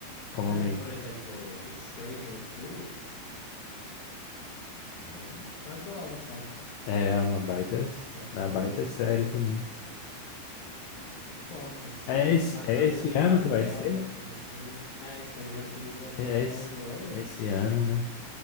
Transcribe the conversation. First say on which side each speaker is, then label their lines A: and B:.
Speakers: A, on the left; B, on the left.
A: como
B: É,
A: aumentou,
B: por exemplo, Stranger Things, eu adoro, sabe?
A: é uma baita,
B: É uma série
A: uma baita série também.
B: muito top, assim.
A: É esse,
B: La
A: é
B: Casa
A: esse
B: de Papel
A: ano que vai ser?
B: no comecinho. É, Stranger Things é pro
A: É
B: final
A: esse,
B: do ano.
A: esse ano, né?